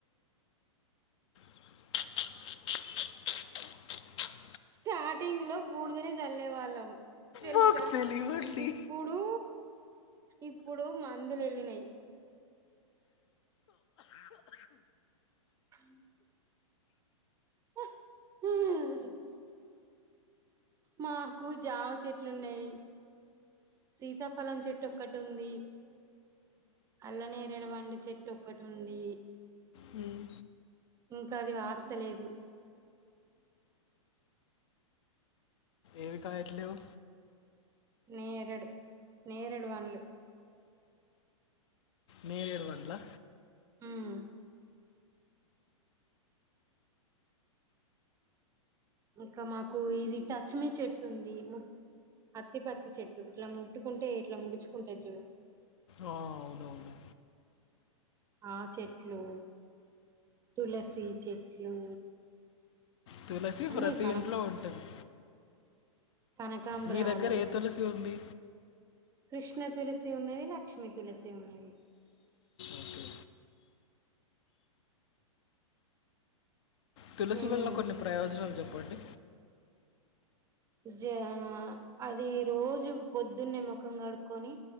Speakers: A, on the left; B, on the right.
A: <inaudible>
B: స్టార్టింగ్లో బూడుదనే చల్లే వాళ్ళము తెల్సా
A: మాకు తెలీవండి.
B: ఇప్పుడు ఇప్పుడు మందులు ఎళ్ళినాయి హ హ మాకు జామ చెట్లు ఉన్నాయి సీతాఫలం చెట్టుొక్కటి ఉంది అల్ల నేరేడు పండు చెట్టు ఒక్కటుంది
A: హ్మ్.
B: ఇంకా అది కాస్తలేదు
A: ఏవి కాయాట్లేవ్
B: నేరెడు నేరెడు వన్లు
A: నేరేడు పండ్లా?
B: ఉమ్ ఇంకా మాకు ఇది టచ్మీ చెట్టు ఉంది ము అత్తి పత్తి చెట్టు ఇట్లా ముట్టుకుంటే ఇట్లా ముడుచుకుంటే చూ
A: ఆ అవునువును
B: ఆ చెట్లు తులసి చెట్లు
A: తులసి
B: అన్ని
A: ప్రతి
B: కనక
A: ఇంట్లో ఉంటది
B: కనకాబ్రలు
A: మీ దగ్గర ఏ తులసి ఉంది?
B: కృష్ణ తులసి ఉన్నది లక్ష్మిీ తులసి ఉన్నది
A: ఓకే. తులసి
B: మేము
A: వల్ల కొన్ని ప్రయోజనాలు చెప్పండి
B: జ అది రోజు పొద్దున్నే ముఖం కడుకొని